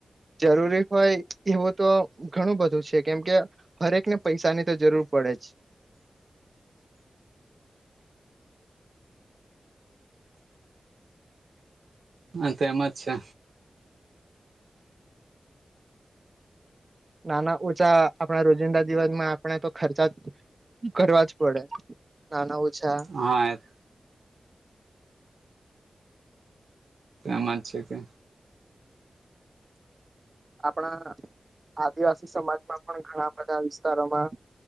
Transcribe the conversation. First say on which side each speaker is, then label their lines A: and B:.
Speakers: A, on the right; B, on the right.
A: જરૂરી હોય એવું તો ઘણું બધું છે. કેમકે હર એક ને પૈસાની તો જરૂર પડે જ.
B: હા. તો એમ જ છે.
A: નાના ઓછા આપણા રોજિંદા દિવસમાં આપણે તો ખર્ચા કરવા જ પડે. નાના ઓછા
B: હા, એમ. એમ જ છે કે
A: આપણા આદિવાસી સમાજમાં પણ ઘણા બધા વિસ્તારોમાં